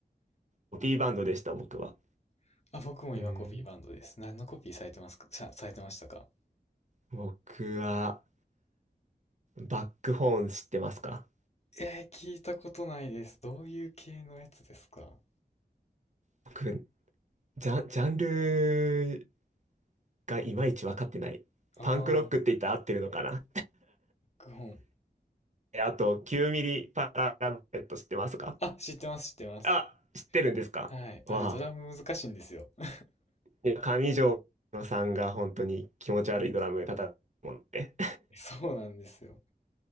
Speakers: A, on the right; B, on the left.
A: コピーバンドでした、僕は。
B: <laughs> あ、僕も今コピーバンドです。
A: うん。
B: 何のコピーされてますか、さ、されてましたか
A: 僕は、バックホーン知ってますか
B: えー、聞いたことないです。どういう系のやつですか
A: 僕、ジャン、ジャンルがいまいち分かってない。
B: ああ、
A: パンクロックって言ったら合ってるのかな
B: クホン。
A: <laughs> えあと、9ミリパララベット知ってますか
B: あ、知ってます、知ってます。
A: あ、知ってるんですかわ
B: はい。あれ、ドラム難しいんですよ。<laughs>
A: あ。いや上条さんが本当に気持ち悪いドラム叩くもんで。
B: そうなんですよ。